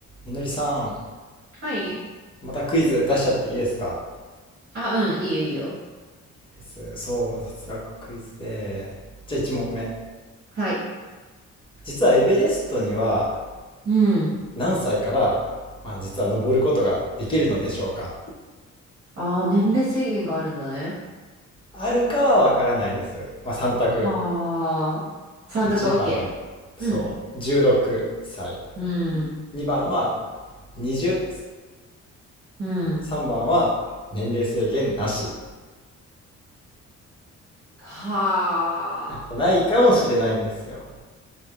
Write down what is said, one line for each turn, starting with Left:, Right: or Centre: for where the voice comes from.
Left: みのりさん、
Right: はい。
Left: またクイズ出しちゃっていいですか
Right: あ、うん、いいよ、いいよ。
Left: です。そう、雑学クイズで。じゃあ1問目。
Right: はい。
Left: 実はエベレストには
Right: うん。
Left: 何歳から、まあ実は登ることができるのでしょうか
Right: ああ、年齢制限があるんだね。
Left: あるかはわからないです。まあ3択。
Right: はあ。三択
Left: 1番、
Right: OK。
Left: そう、
Right: うん。
Left: 16歳。
Right: うん。
Left: 2番は20歳。
Right: うん。
Left: 3番は年齢制限なし。
Right: はあ。
Left: ないかもしれないんですよ。